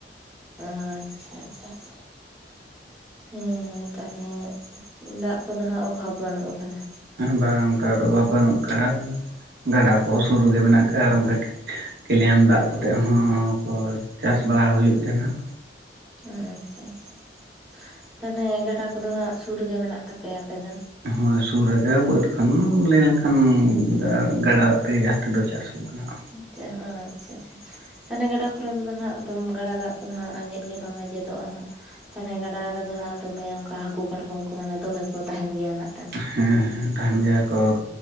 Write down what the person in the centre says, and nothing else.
ᱟᱸᱻᱪᱪᱷᱟ ᱟᱪᱪᱷᱟ ᱟᱪᱪᱷᱟ᱾ ᱦᱮᱸ ᱦᱮᱸ ᱛᱟᱞᱦᱮ ᱫᱟᱜ ᱠᱚᱫᱚ ᱦᱟᱸᱜ ᱚᱵᱷᱟᱵᱽ ᱵᱟᱹᱱᱩᱜ ᱟᱠᱟᱫᱟ᱾
ᱟᱻᱪᱪᱷᱟ ᱟᱪᱪᱷᱟ <unintelligible> ᱛᱟᱱᱦᱮᱸ ᱜᱟᱰᱟ ᱠᱚᱫᱚ ᱦᱟᱸᱜ ᱥᱩᱨ ᱨᱮᱜᱮ ᱢᱮᱱᱟᱜ ᱛᱟᱯᱮᱭᱟ ᱟᱯᱮ ᱫᱚ?
ᱟᱪᱟ ᱟᱸᱪ ᱪᱷᱟ ᱟᱪᱪᱷᱟ᱾ ᱛᱟᱦᱮᱱᱮ ᱜᱟᱰᱟ ᱠᱚᱨᱮᱵ ᱫᱚ ᱱᱷᱟᱸᱜ ᱫᱚᱢ ᱜᱟᱰᱟ ᱫᱟᱜ ᱠᱚᱫᱚ ᱦᱟᱸᱜ ᱟᱸᱡᱮᱫ ᱜᱮ ᱵᱟᱝ ᱟᱸᱡᱮᱫᱚᱜᱼᱟ ᱱᱷᱟᱸᱜ᱾ ᱛᱟᱦᱮᱞᱮ ᱜᱟᱰᱟ ᱨᱮᱫᱚ ᱦᱟᱸᱜ ᱫᱚᱢᱮ ᱚᱸᱠᱟ ᱦᱟᱹᱠᱩ ᱠᱟᱴᱠᱚᱢ ᱠᱚᱫᱚ ᱚᱱᱮ ᱫᱚᱢᱮ ᱠᱚ ᱛᱟᱦᱮᱸᱱ ᱜᱮᱭᱟ ᱱᱷᱟᱸᱜ?